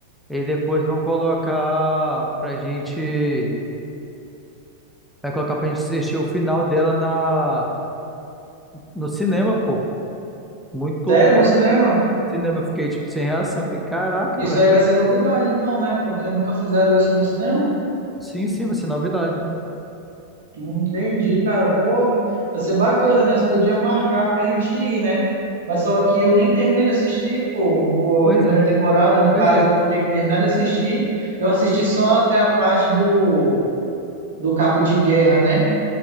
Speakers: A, in the centre; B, on the right (about 60°).
A: E depois vão colocar pra gente. Vai colocar pra gente assistir o final dela na, no cinema, pô. Muito
B: sério?
A: top.
B: No cinema?
A: Cinema, eu fiquei tipo sem reação. Eu Falei, caraca,
B: Isso
A: velho.
B: aí vai ser novidade, então, né? Porque nunca fizeram isso no cinema.
A: Sim, sim, vai ser novidade.
B: Não Entendi, cara. Pô, vai ser bacana, né? Nós podíamos marcar pra gente ir, né? Mas só que eu nem terminei de assistir, pô, o-
A: Pois
B: a primeira
A: é,
B: temporada. No
A: pois
B: caso,
A: é.
B: eu vou ter que terminar de assistir. Eu assisti só até a parte do, do cabo de guerra, né?